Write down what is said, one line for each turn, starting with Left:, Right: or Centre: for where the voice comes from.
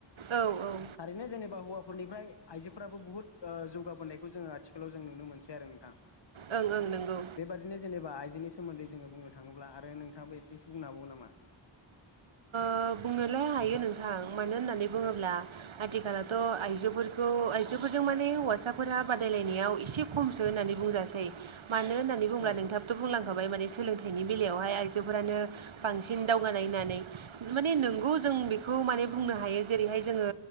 Right: औ औ
Left: थारैनो जेनेबा हौवाफोरनिफ्राय आइजोफोराबो बुहुत ओ जौगाबोनायखौ जोङो आथिखालाव जों नुनो मोनसै आरो नोंथां।
Right: ओं ओं नंगौ।
Left: बेबायदिनो जेनेबा आजोनि सोमोन्दै जोंयो बुंनो थाङोब्ला आरो नोंथां याबो एसेसो बुंनाे हाबावगोन ना मा?
Right: ओ बुंनोलाय हायो नोंथां मानो होननानै बुङोब्ला
Left: औ
Right: आथिखालावथ' आइजोफोरखौ आइजोफोरजों माने हौवासाफोरा बादायलायनायाव एसे खमसो होननानै बुंजासै मानो होननानै बुंयोब्ला
Left: औ
Right: नोंथां थ' बुंलांखाबाय माने सोलोंथाइनि बेलायावहाय आइजोफोरानो बांसिन दावगानाय होननानै माने नोंगौ जों बेखौ माने बुंनो हायो जेरैहाय जोङो